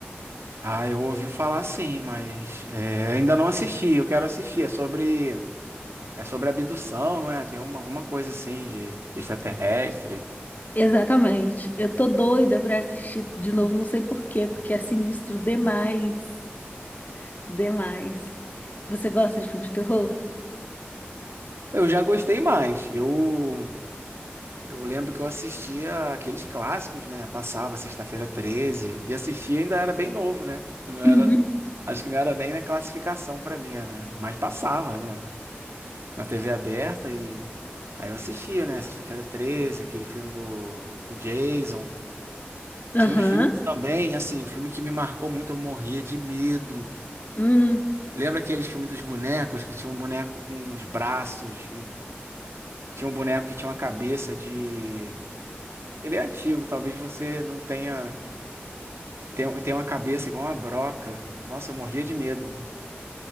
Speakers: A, on the right; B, on the left.
A: Ah, eu ouvi falar sim, mas é, ainda não assisti. Eu quero assistir. É sobre, é sobre abdução, não é? Tem uma, alguma coisa assim de, de extraterrestre.
B: Exatamente. Eu tô doida pra assistir de novo, não sei por quê, porque é sinistro demais, demais. Você gosta de filmes de terror?
A: Eu já gostei mais. Eu, eu lembro que eu assistia aqueles clássicos, né? Passava sexta-feira treze e assistia ainda era bem novo, né? Eu Não
B: Uhum.
A: era, acho que não era nem na classificação pra mim, era, mas passava, né? Na TV aberta e Aí eu assistia, né? Sexta-feira 13, aquele filme do, do Jason.
B: Aham.
A: Tinha uns filmes também, assim, um filme que me marcou muito, eu morria de medo.
B: Hum,
A: Lembra aqueles filmes dos bonecos, que tinha um boneco com uns braços, e tinha um boneco que tinha uma cabeça de. Ele é antigo, talvez você não tenha. Tem, tem uma cabeça igual uma broca. Nossa, eu morria de medo. né?